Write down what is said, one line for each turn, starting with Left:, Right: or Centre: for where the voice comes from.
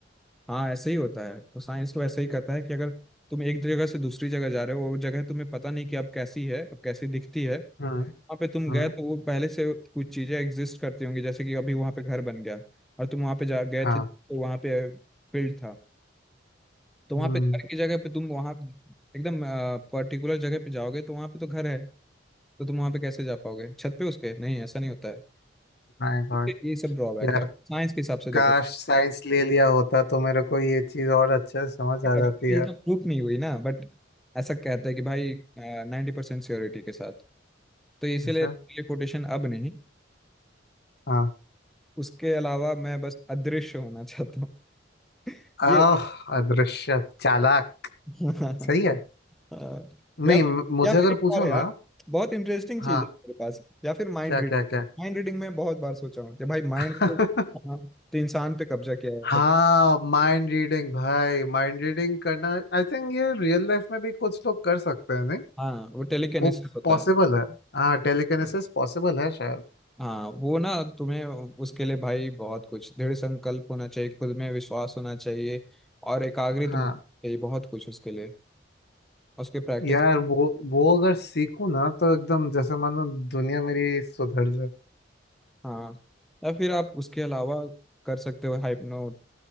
Centre: हाँ ऐसे ही होता है तो साइंस तो ऐसे ही कहता है कि अगर तुम एक जगह से दूसरी जगह जा रहे हो और वो जगह तुम्हें पता नहीं कि अब कैसी है अब कैसी दिखती है वहाँ
Left: हम्म
Centre: पे तुम
Left: हम्म
Centre: गए तो वो पहले से कुछ चीजें एग्जिस्ट करती होंगी जैसे कि अभी वहाँ पे घर बन गया और तुम वहाँ पे जा गए
Left: हाँ
Centre: थे तो वहाँ पे फील्ड था तो
Left: हम्म
Centre: वहाँ पे घर की जगह पे तुम वहाँ एकदम पर्टिकुलर जगह पे जाओगे तो वहाँ पे तो घर है तो तुम वहाँ पे कैसे जा पाओगे छत पे उसके नहीं ऐसा नहीं होता है
Left: My god
Centre: इसके ये सब ड्रॉबैक
Left: यार
Centre: है साइंस के हिसाब से
Left: काश
Centre: देखो
Left: साइंस ले लिया होता तो मेरे को ये चीज और अच्छे से समझ
Centre: अभी
Left: आ जाती यार
Centre: तो प्रूफ नहीं हुई ना बट ऐसा कहते हैं कि भाई नाइन्टी परसेंट श्योरिटी के साथ तो इसीलिए
Left: अच्छा
Centre: टेलीपोर्टेशन अब नहीं
Left: हाँ
Centre: उसके अलावा मैं बस अदृश्य होना चाहता हूँ ये
Left: आह अदृश्य चालाक
Centre: <laughs>
Left: सही है
Centre: अ, या
Left: नहीं
Centre: फिर
Left: म- मुझे
Centre: या फिर
Left: अगर
Centre: एक
Left: पूछो
Centre: और है यार
Left: ना
Centre: बहुत इंटरेस्टिंग चीज
Left: हाँ
Centre: है मेरे पास या फिर माइंड
Left: क्या
Centre: रीड
Left: क्या
Centre: माइंड रीडिंग में बहुत बार सोचा हूँ कि भाई माइंड
Left: क्या
Centre: तो
Left: <laughs>
Centre: हाँ, तो इंसान पे कब्जा किया जा सकता
Left: हाँ माइंड रीडिंग भाई माइंड रीडिंग करना आई थिंक ये रियल लाइफ में भी कुछ लोग कर सकते हैं नहीं
Centre: है। हाँ वो टेलीकिनेसिस
Left: वो
Centre: होता
Left: पॉसिबल
Centre: है
Left: है हाँ टेलीकिनेसिस पॉसिबल है शायद
Centre: हाँ वो ना तुम्हें उसके लिए भाई बहुत कुछ दृढ़ संकल्प होना चाहिए खुद में विश्वास होना चाहिए और एकाग्रित
Left: हाँ
Centre: मन होना चाहिए बहुत कुछ उसके लिए उसके प्रैक्टिस
Left: यार वो वो अगर सीखूं ना तो एकदम जैसे मानो दुनिया मेरी सुधर जाए
Centre: हाँ या फिर आप उसके अलावा कर सकते हो हाइपनो